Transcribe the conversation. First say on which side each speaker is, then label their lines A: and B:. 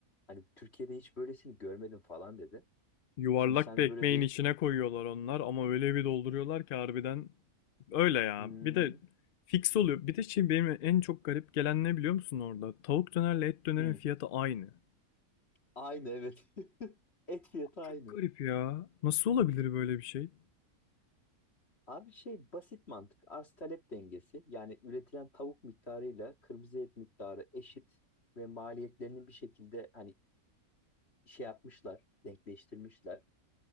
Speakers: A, on the left (about 45°); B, on the left (about 85°).
A: Hani Türkiye'de hiç böylesini görmedim falan dedi.
B: Yuvarlak
A: Şimdi sen
B: bir
A: de
B: ekmeğin
A: böyle değil.
B: içine koyuyorlar onlar ama öyle bir dolduruyorlar ki harbiden öyle ya.
A: Hmm,
B: Bir de fix oluyor. Bir de şey benim en çok garip gelen ne biliyor musun orada? Tavuk dönerle et dönerin
A: hmm.
B: fiyatı aynı.
A: Aynı evet. <laughs> Et fiyatı
B: Çok
A: aynı.
B: garip ya. Nasıl olabilir böyle bir şey?
A: Abi şey basit mantık. Arz talep dengesi. Yani üretilen tavuk miktarıyla kırmızı et miktarı eşit ve maliyetlerini bir şekilde hani şey yapmışlar, denkleştirmişler.